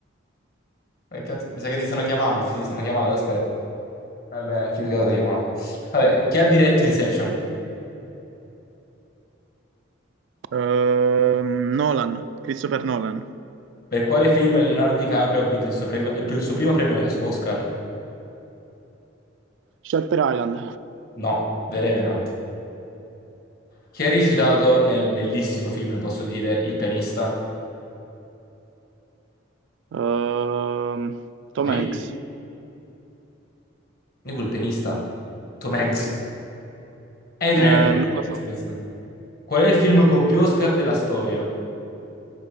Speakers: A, on the left; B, on the right.
A: Eh, cazzo, mi sa che ti stanno chiamando, sì, ti stanno chiamando, aspetta. Vabbè, chi la chiamata. Vabbè, chi ha diretto Inception?
B: Ehm, Nolan, Christopher Nolan.
A: Per quale film Leonardo DiCaprio ha vinto il suo, premio- il pr- il suo primo premio es- Oscar?
B: Shutter Island.
A: No, The Revenant. Chi ha recitato nel bellissimo film, posso dire, Il pianista?
B: Ehm, Tom
A: Hai
B: Hanks.
A: visto? Dico il pianista. Tom Hanks. Adrian
B: Eh, non
A: Brody
B: lo
A: è la
B: so.
A: risposta. Qual è il film con più Oscar della storia?